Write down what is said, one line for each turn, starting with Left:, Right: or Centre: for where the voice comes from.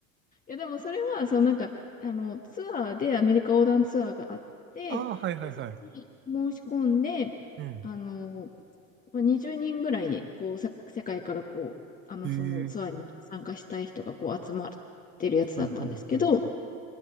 Left: いや、でもそれは、そのなんか、あの、ツアーでアメリカ横断ツアーがあって、
Right: ああ、はいはいはい。
Left: で、それに申し込んで、
Right: うん。
Left: あの、まあ、20人ぐらい、こう、さ世界からこう、あの、
Right: へえ、
Left: そのツアーに参加したい人がこう集まってるやつだったんですけど、
Right: はいはいは